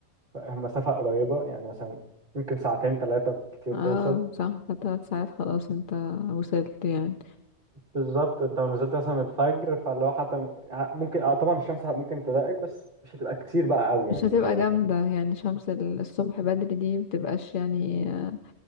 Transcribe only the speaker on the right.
ف- مسافة قريبة يعني مثلا ممكن ساعتين تلاتة كتير
توصل
بالظبط انت لو نزلت مثلا الفجر فاللي هو حتى م- ممكن اه طبعا الشمس ممكن تضايقك بس مش هتبقى كتير بقى قوي
يعني
مش زي